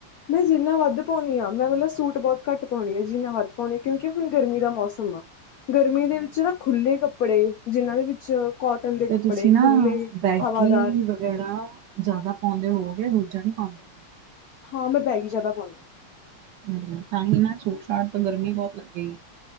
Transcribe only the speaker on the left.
ਮੈਂ ਜ਼ੀਨਾ ਵੱਧ ਪਾਉਨੀ ਆਂ, ਮੈਂ ਮਤਲਬ ਸੂਟ ਬਹੁਤ ਘੱਟ ਪਾਉਨੀ ਆਂ, ਜ਼ੀਨਾ ਵੱਧ ਪਾਉਨੀ ਆਂ। ਕਿਉਂਕਿ ਹੁਣ ਗਰਮੀ ਦਾ ਮੌਸਮ ਆ। ਗਰਮੀ ਦੇ ਵਿੱਚ ਨਾ ਖੁੱਲ੍ਹੇ ਕੱਪੜੇ, ਜਿਨ੍ਹਾਂ ਦੇ ਵਿੱਚ ਕੋਟਨ ਦੇ ਕੱਪੜੇ,
ਖੁੱਲ੍ਹੇ,
ਹਵਾਦਾਰ
ਹਾਂ, ਮੈਂ ਬੈਗੀ ਜਿਆਦਾ ਪਾਉਣੀ ਹਾਂ।